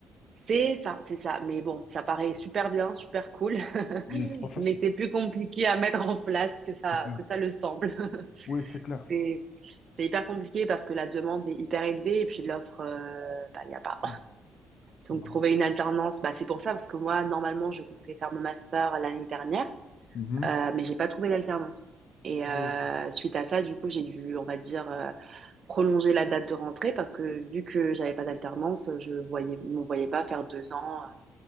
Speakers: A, on the right; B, on the left.
A: c'est ça, c'est ça. Mais bon, ça paraît super bien, super cool, <laughs>
B: Mais c'est pas facile.
A: mais c'est plus compliqué à mettre en place que ça
B: C'est clair.
A: que ça le semble. <laughs>
B: Oui, c'est clair.
A: C'est c'est hyper compliqué parce que la demande est hyper élevée et puis l'offre, euh, bah, il n'y a pas.
B: Mhm. Voilà.
A: Donc, trouver une alternance, bah, c'est pour ça parce que moi, normalement, je comptais faire mon master l'année dernière,
B: Mhm.
A: euh, mais j'ai pas trouvé d'alternance. Et
B: Oui,
A: euh, suite à ça, du coup, j'ai dû, on va dire, euh, prolonger la date de rentrée parce que vu que j'avais pas d'alternance, je voyais, me voyais pas faire deux ans euh,